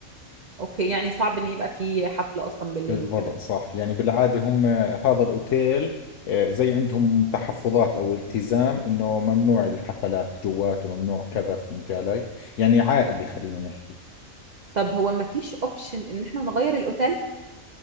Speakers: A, on the right; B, on the left.
A: اوكي يعني صعب ان يبقى في حفلة اصلا بالليل
B: بالضبط
A: وكده
B: صح يعني بالعادة هم هذا الأوتيل آه، زي عندهم تحفظات أو التزام إنه ممنوع الحفلات جواته ممنوع كذا فهمت علي يعني عائلي خلينا نحكي
A: طب هو ما فيش اوبشن ان احنا نغير الاوتيل